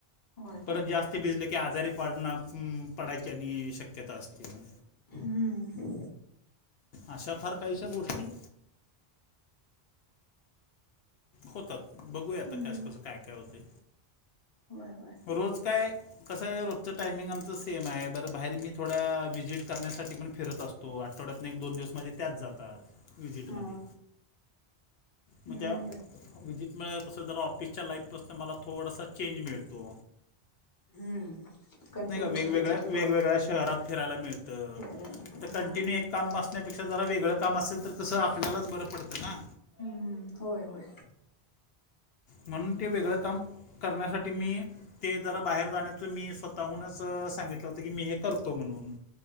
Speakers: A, on the left; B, on the left.
A: होय
B: परत
A: होय
B: जास्त हे भिजले की आजारी पडना पडायचे आणि शक्य शक्यता असते.
A: हम्म
B: अशा फार काहीश गोष्टी होतात. बघूयाता
A: हम्म
B: कस कस काय होतोय.
A: होय होय
B: रोज काय कसं आहे रोजचं टायमिंग आम च सेम आहे बरं बाहेर मी थोड्या व्हिजिट करण्यासाठी पण फिरत असतो. आठवड्यातन एक दोन दिवस माझे त्यात जातात व्हिसिटमध्ये.
A: हा
B: मग
A: बर
B: त्या
A: बर
B: विजिटमुळ कसं जरा ऑफिसच्या लाईफपासून मला थोडासा चेंज मिळतो.
A: हम्म कंटिन्यू
B: नाही का वेगवेगळ्या
A: तेच नको
B: वेगवेगळ्या
A: आहे
B: शहरात फिरायला मिळतं.
A: फिरायला मिळते
B: आता
A: हा
B: कंटिन्यू एक काम बसण्यापेक्षा जरा वेगळं काम असेल तर कसं आपल्यालाच बरं पडतं ना.
A: हम्म होय होय
B: म्हणून ते वेगळं काम करण्यासाठी मी ते जरा बाहेर जाण्यात च मी स्वतःहूनच सांगितलं होत की मी हे करतो म्हणून,